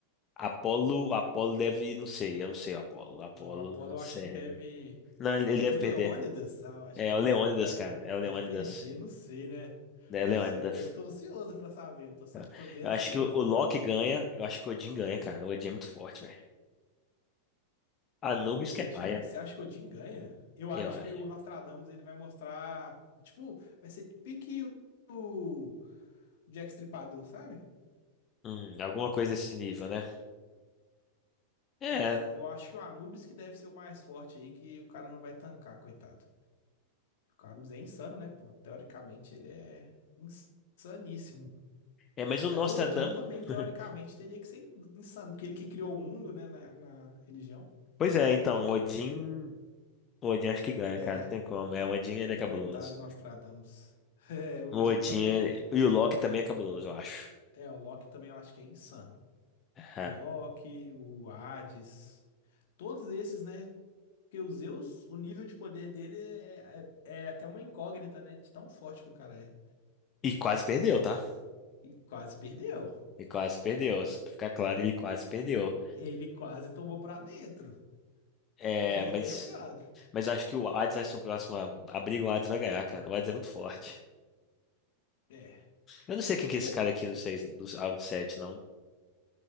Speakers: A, on the left; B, on the left.
A: Apolo, Apolo deve, não sei, eu não sei o Apolo. Apolo,
B: Não, Apolo
A: não
B: eu
A: sei.
B: acho que deve.
A: Não, ele
B: Contra
A: ele deve
B: o
A: perder.
B: Leônidas, ah, eu acho
A: É
B: que
A: é
B: ele
A: o Leônidas,
B: deve ganhar.
A: cara. É o
B: Deve
A: Leônidas.
B: perder, não sei, né?
A: É o Leônidas.
B: Não sei, tô- eu tô ansioso pra saber. Eu tô, sa-
A: tá?
B: tô bem
A: Eu
B: ansioso.
A: acho que o, o Loki ganha. Eu acho que o Odin ganha, cara. O Odin é muito forte, velho. Anubis
B: O
A: que
B: Odin?
A: é paia,
B: Você acha que o Odin ganha? Eu acho
A: eu acho.
B: que o Nostradamus ele vai mostrar. Tipo, vai ser pique o, o Jack Stripador, sabe?
A: Hum, alguma coisa nesse nível, né? É,
B: É, eu acho que o Anubis que deve ser o mais forte aí, que o cara não vai tancar, coitado. O Anubis é insano, né, pô? Teoricamente ele é insaníssimo.
A: é, mas o
B: Mas
A: Nostradamus.
B: o Odin também, teoricamente,
A: <laughs>
B: teria que ser in- insano, porque ele que criou o mundo, né, na, na religião.
A: Pois é, então, o Odin. O Odin acho que ganha,
B: É,
A: cara.
B: né?
A: Não tem como. É, o Odin ele é cabuloso.
B: Coitado do Nostradamus. <laughs> É, o Odin
A: O Odin.
B: é cabuloso.
A: ele- E o Loki também é cabuloso, eu acho.
B: É, o Loki também eu acho que é insano. O
A: É.
B: Loki, o Hades, todos esses, né? Porque o Zeus, o nível de poder dele é, é, é até uma incógnita, né? De tão forte que o cara é.
A: E quase perdeu, tá?
B: E quase perdeu.
A: E quase perdeu. Só pra ficar claro, ele quase perdeu.
B: Ele quase tomou pra dentro.
A: É,
B: <laughs> Bem
A: mas.
B: lembrado.
A: Mas eu acho que o Hades vai ser o próximo a a briga, o Hades vai ganhar, cara. O Hades é muito forte.
B: É.
A: Eu não sei quem que é
B: Ou
A: esse cara aqui do 6 do Alvo de 7, não.